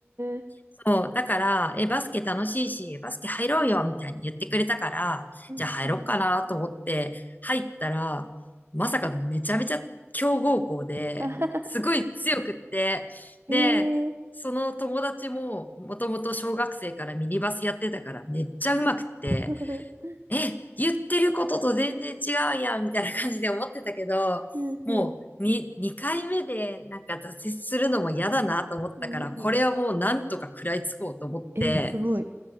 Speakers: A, on the right (about 65°); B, on the left (about 40°).
A: え。
B: そう。だから、え、バスケ楽しいし、バスケ入ろうよみたいに言ってくれたから、
A: うんうん。
B: じゃあ入ろうかなと思って入ったら、まさかのめちゃめちゃ強豪校で、
A: あはは
B: すごい強くって、
A: へ
B: で、
A: え。
B: その友達ももともと小学生からミニバスやってたからめっちゃ上手くって、
A: <laughs>
B: え、言ってることと全然違うやん、みたいな感じで思ってたけど、
A: うんうん。
B: もう、に、2回目でなんか挫折するのも嫌だなと思ったから、
A: うんうん。
B: これはもうなんとか食らいつこうと思って、
A: えー、すごい。